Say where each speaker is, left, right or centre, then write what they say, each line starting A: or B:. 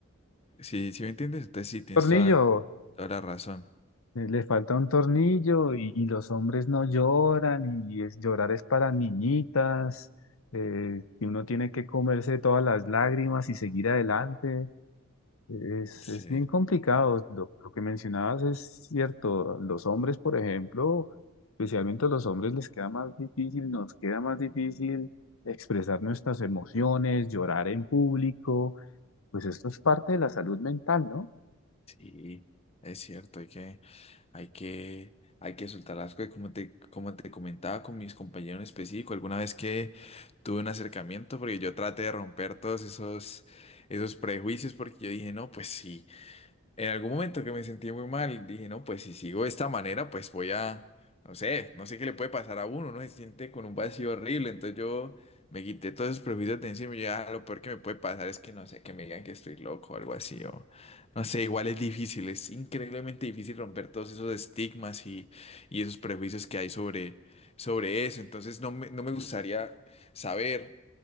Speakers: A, on the left; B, on the left.
A: sí, sí me entiendes, entonces sí, tienes
B: tornillo,
A: toda, toda la razón.
B: eh, le falta un tornillo y, y los hombres no lloran y es, llorar es para niñitas eh, y uno tiene que comerse todas las lágrimas y seguir adelante. Es,
A: Sí,
B: es bien complicado. Lo, lo que mencionabas es cierto. Los hombres, por ejemplo, especialmente a los hombres les queda más difícil, nos queda más difícil expresar nuestras emociones, llorar en público. Pues esto es parte de la salud mental, ¿no?
A: sí, es cierto, hay que... Hay que, hay que soltar las cosas, como te, como te comentaba con mis compañeros en específico, alguna vez que tuve un acercamiento, porque yo traté de romper todos esos, esos prejuicios, porque yo dije, no, pues sí, en algún momento que me sentí muy mal, dije, no, pues si sigo de esta manera, pues voy a, no sé, no sé qué le puede pasar a uno, uno se siente con un vacío horrible, entonces yo me quité todos esos prejuicios de encima y ya lo peor que me puede pasar es que no sé, que me digan que estoy loco o algo así, o no sé, igual es difícil, es increíblemente difícil romper todos esos estigmas y, y esos prejuicios que hay sobre, sobre eso, entonces no me, no me gustaría saber.